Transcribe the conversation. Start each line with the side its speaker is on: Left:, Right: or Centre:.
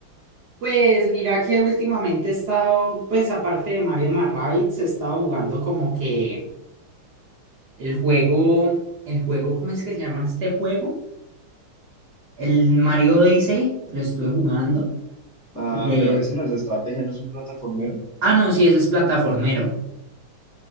Right: Pues mira que últimamente he estado, pues aparte de Mario más Rabbids, he estado jugando como que el juego, el juego, ¿cómo es que se llama este juego? El Mario Odyssey, lo estuve jugando.
Left: Ah,
Right: Jugué.
Left: pero eso no es de estrategia, no es un plataformero.
Right: Ah, no, sí, ese es plataformero.